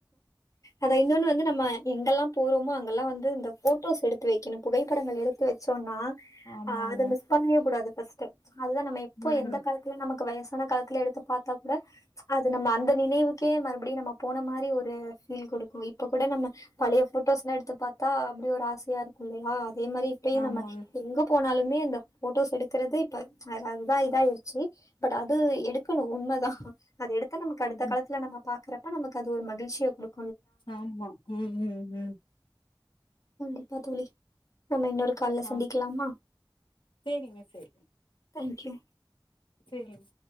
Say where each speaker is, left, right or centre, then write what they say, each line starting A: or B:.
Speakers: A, on the left; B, on the left.
A: அத இன்னொன்னு வந்து நம்ம எங்கல்லா போறோமோ அங்கல்லா வந்து இந்த ஃபோட்டோஸ் எடுத்து வெக்கணோ புகைப்படங்கள் எடுத் து வெச்சோன்னா
B: ஆமாங்க
A: ஆ அத மிஸ் பண்ணவே கூடாது ஃபஸ்டு அதுதா நம்ம எப்போ
B: ஆமாங்க
A: எந்த காலத்துல நமக்கு வயஸ் சான காலத்துல எடுத்து பாத்தா கூட அது நம்ம அந்த நினைவுக்கே மறுபடியு நம்ம போன மாரி ஒரு ஃபீல் குடுக்கு இப்போ கூட நம்ம பழைய போட்டோஸ்லா எடுத்து பாத்தா அப்டி ஒரு ஆசையா இருக்கு இல்லியா அதே மாரி இப்யு
B: ஆமாங்க
A: நம்ம எங்கப் போனாலுமே இந்த போட்டோஸ் எடுக்கறது இப்ப அ அதுதா இதாயிருச்சி பட் அது எடுக்கணு உண்மதா அது எடுத்த நமக்கு அடுத்த
B: ம்
A: காலத்துல நம்ம பாக்கறப்ப நமக்கு அது ஒரு மகிழ்ச்சிய குடுக்
B: ஆமா ம் ம் ம்
A: கண்டிப்பா தோழி நம்ம இன்னொரு கால்ல
B: ஆ
A: சந்திக்லாமா
B: சேரிங்க சேரி
A: தாங்க் யூ
B: சேரிங்